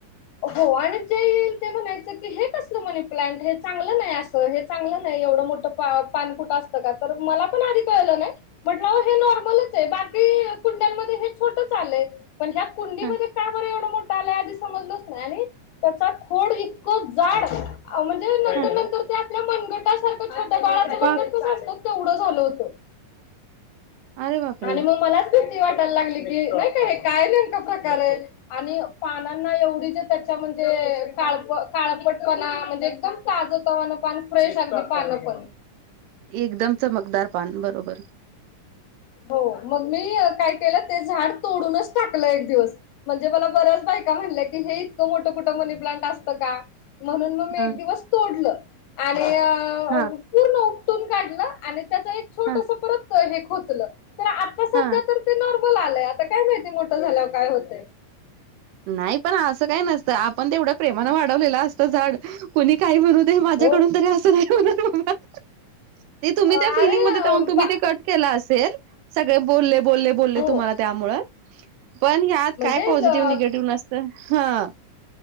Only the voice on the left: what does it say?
हो आणि जे येईल ते म्हणायचं, की हे कसलं मनी प्लांट हे चांगलं नाय अस हे चांगलं नाही, एवढं मोठं पान कुठं असतं का?, तर मला पण आधी कळलं नाही? म्हटलं आहो हे नॉर्मलच आहे, बाकी कुंड्यांमध्ये हे छोटंच आलंय पण हयात कुंडीमध्ये
का, बर एवढं मोठं आलाय आधी समजलच नाय आणि त्याचा खोडं इतकं जाड म्हणजे नंतर
नंतर त्या आपल्या मनगटासारखं छोट बाळ
कस असत, तेवढं झालं होत
आणि मग मलाच भीती वाटायला लागली की, नाही काय हे काय नेमका प्रकार आहे आणि पानांना एवढी जे त्याच्या म्हणजे काळप, काळपटपणा म्हणजे एकदम ताजतवान पान असत फ्रेश असत पान पण.
हो मग मी अ काय केलं, ते झाड तोडूनचं टाकलं एक दिवस म्हणजे मला बऱ्याच बायका म्हणल्या, कि हे इतक मोठ कुठ मनी प्लांट असत का? म्हणून म मी
एक दिवस तोडल, आणि अ
पूर्ण उपटून काढलं आणि त्याच एक छोटस
परत हे खोचलं, तर आत
ते नॉर्मल आलंय, आता काय माहिती मोठं झाल्यावर काय होतय?
हो
अरे
अ,
बा
हो
म्हणजे
ल